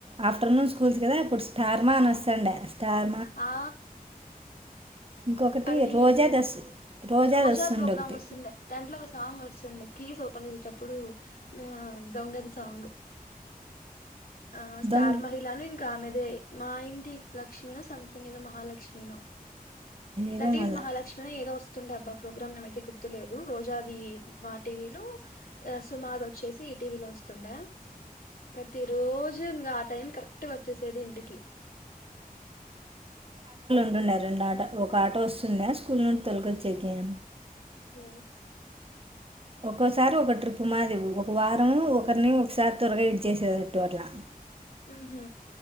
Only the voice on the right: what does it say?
ఆఫ్టర్నూన్ స్కూల్స్ కదా అప్పుడు స్టార్మా అని వస్తుండె స్టార్
ఇంకొకటి
రోజా
దస్
వస్తుండే
ఒకటి
దొంగ
ఏదో
మళ్ళా
న్నా రెండు ఆటో ఒక ఆటో వస్తున్నా స్కూల్ నుండి తొలకొచ్చ్ం
ఒక్కోసారి ఒక ట్రిప్పు మాది ఒక వారంము ఒకరిని ఒకసారి త్వరగా ఇడి చేసేటట్టు అట్లా